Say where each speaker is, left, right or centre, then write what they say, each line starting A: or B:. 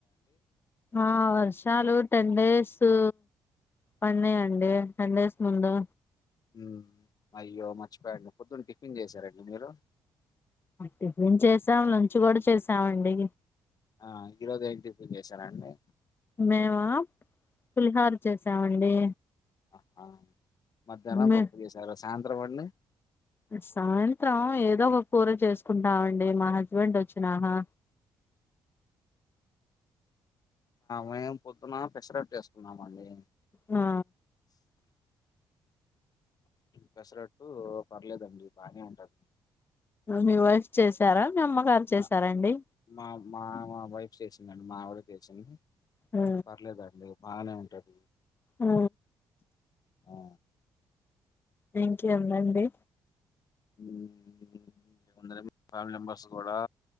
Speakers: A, on the left; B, on the left.
A: ఆ వర్షాలు టెన్ డేస్ టా పన్నాయ్ అండి టెన్ డేస్ ముందు
B: ఉ అయ్యో మర్చిపోయను పొద్దున్న టిఫిన్ చేసారండి మీరు
A: టిఫిన్ చేసాం లంచ్ కూడా చేసామండి
B: ఆ ఈరోజు ఎమ్ టిపిన్ చేసారండి
A: మేమ పులిహోర చేసామండి
B: ఆహా మధ్యాహ్నం
A: మే
B: పప్పు చేశారు సాయంత్రం అండి
A: సాయంత్రం ఏదో ఒక కూర చేసుకుంటామండి మా హస్బెండ్ వచ్చినాక
B: మేము పొద్దున పెసరట్టు చేసుకున్నాము అండి
A: నా
B: పెసరట్టు పర్లేదండి బానే ఉంటది
A: మీ వైఫ్ చేసారా మీ అమ్మగారు చేసారండి
B: నా మా మా వైఫ్ చేసిందండి మా ఆవిడ చేసింది
A: ఆ
B: పర్లేదండి బానే ఉంటది
A: ఆ
B: ఆ
A: ఇంకెలే అండి
B: ఉమ్ కొందరేమో ఫ్యామిలీ మెంబర్స్ గూడా